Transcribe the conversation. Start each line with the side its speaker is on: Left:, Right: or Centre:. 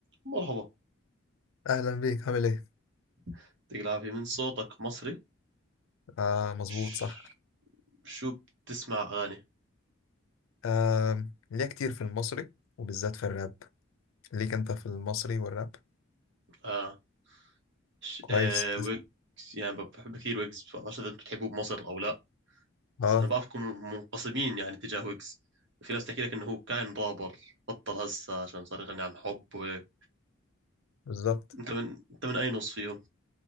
Right: مرحبا
Left: اهلا بيك عامل ايه
Right: يعطيك العافية من صوتك مصري
Left: آه مظبوط
Right: ش-
Left: صح
Right: شو بتسمع أغاني؟
Left: آه ليا كتير في المصري وبالذات في الراب ليك انت في المصري والراب
Right: آه, ش...
Left: كويس
Right: آه ويجز يعني ب- بحب كثير ويجز ما بعرف إذا أنتم بتحبوه بمصر أو لا
Left: اه
Right: بس أنا بعرفكم منقسمين يعني تجاه ويجز في ناس تحكي لك إنه هو كان رابر بطل هسه عشان صار يغني عن حب وهيك
Left: بالظبط
Right: أنت من أنت من أي نص فيهم؟